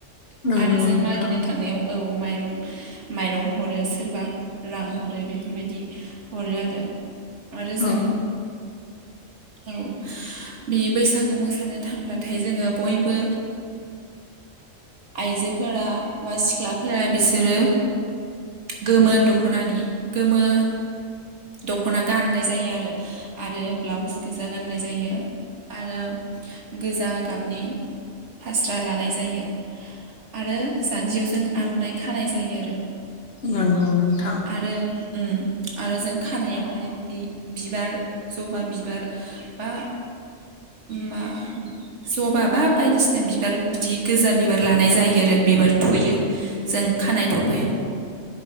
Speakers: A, on the left (about 50°); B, on the right (about 60°).
A: नंगौ
B: आरो जों
A: नोंथां
B: मागिनो थांनायाव औ माइरं माइरं हरो सोरबा रां हरो बेफोरबायदि हरो आरो आरो जों
A: औ
B: औ बे बैसागु मोसानो थांब्लाथाय जोङो बयबो आइजोफोरा बा सिख्लाफोरा बिसोरो गोमो दख'नानि गोमो दख'ना गाननाय जायो आरो आरो ब्लाउस गोजा गाननाय जायो आरो गोजा गाबनि फास्रा लानाय जायो ज आरो जान्जियाव जों आर'नायइ खानाय जायो आरो
A: नंगौ नोंथां
B: आरो उम आरो जों खानायावहाय बिदि बिबार जबा बिबार बा मा जबा बा बायदिसिना बिबार बिदि गोजा बिबार लानाय जायो आरो बिबार थुयो जों खानायाइ थफायाव